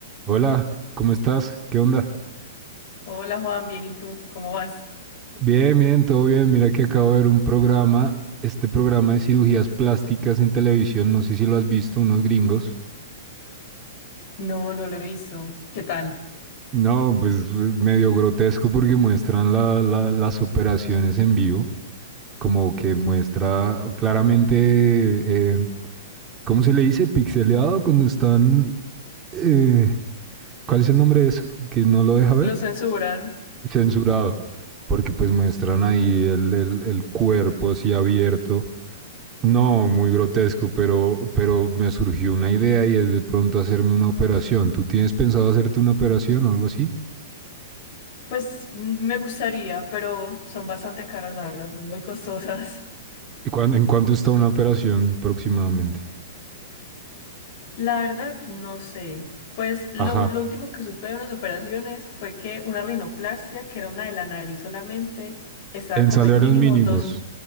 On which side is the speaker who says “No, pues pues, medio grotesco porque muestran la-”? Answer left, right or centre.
Right